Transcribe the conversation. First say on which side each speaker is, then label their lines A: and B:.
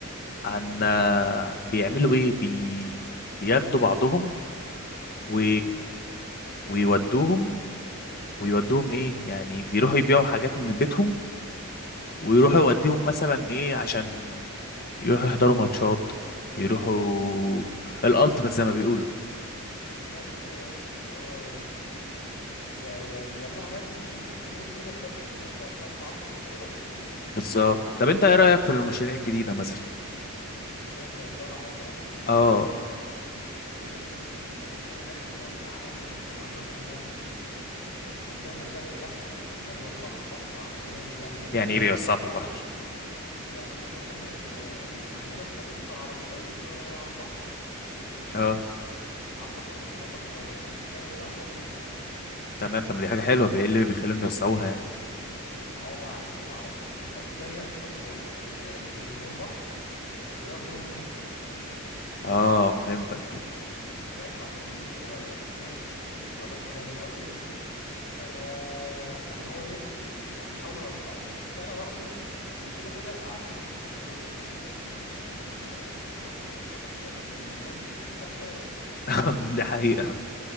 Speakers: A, on the left; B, on the left.
A: عن بيعملوا ايه بي... بياخدوا بعضهم و... ويودوهم ويودوهم ايه يعني بيروحوا يبيعوا حاجات من بيتهم ويروحوا
B: اه
A: يوديهم مثلا ايه عشان يروحوا يحضروا ماتشات يروحوا الالتراس زي ما بيقولوا
B: بالظبط كده اللي هو ي- يعني بيعملوا حاجات ممكن ت- تموت فيها بسبب بسبب تعصب الكوره وكده
A: بالظبط
B: ايه
A: طب
B: يا عم
A: انت ايه رأيك في المشاريع الجديدة مثلا
B: المشاريع اللي الدوله عماله تعملها
A: اه
B: بص هو في حاجات عندنا بتتعمل يعني انت عندك مثلا عندنا توسعه البحر عندنا بيوسعوا في البحر عندنا بيعملوا مترو
A: يعني ايه بيوسعوا
B: بص
A: في البحر
B: هو يعني احنا مثلا ال... ال... احنا عندنا الطريق بتاع العربيات آه، على البحر
A: اه
B: على البحر يعني انت جنبك لو مشيت شويه كده هتلاقي البحر في وشك
A: تمام طب ما دي حاجة حلوة ايه اللي بيخليهم يوسعوها يعني
B: ما هو عشان العر... الطريق ضيق فبيوس بي... بيردموا البحر وياخدوا منه حته
A: اه فهمتك
B: انت فاهم فعشان الدنيا بتبقى الدنيا في الصيف بتبقى زحمه جامد قوي ف... فاللي هو ايه بي... بيحاولوا يوسعوا بس انا رايي ان كده كده الاعداد هتزيد تاني يعني انت انت انت في مصر مفيش حق اكتر من الناس بتخلف عيال
A: <laughs> دي حقيقة